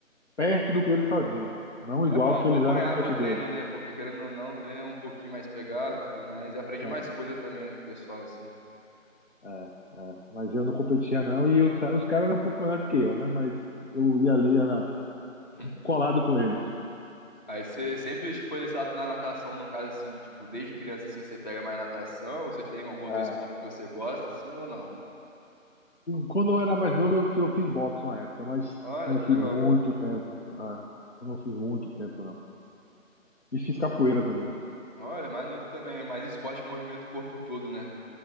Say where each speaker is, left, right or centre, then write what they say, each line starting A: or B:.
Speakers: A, on the left; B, on the left.
A: perto do que eles faziam. Não
B: É,
A: igual
B: é bom,
A: que
B: acompanhava
A: eles eram competidores.
B: o treino, né? Porque querendo ou não, o treino é um pouquinho mais pegado, e tudo mais, e aprendi
A: É,
B: mais coisa também, né, com o pessoal assim.
A: é, é. Mas eu não competia, não. E os, ca- os caras eram um pouco melhor que eu, né? Mas eu ia ali era
B: <laughs>
A: colado com eles.
B: Aí você sempre tipo, foi desse lado da natação, no caso, assim, tipo, desde criança, assim, você pega mais natação, ou você tem algum outro
A: É.
B: esporte que você gosta, assim, ou não?
A: Quando eu era mais novo, eu, eu fiz boxe uma época, mas
B: Olha,
A: não
B: que
A: fiz
B: legal.
A: muito tempo. É. Eu não fiz muito tempo, não. E fiz capoeira também.
B: Olha, maneiro também, mas esporte que movimenta o corpo todo, né?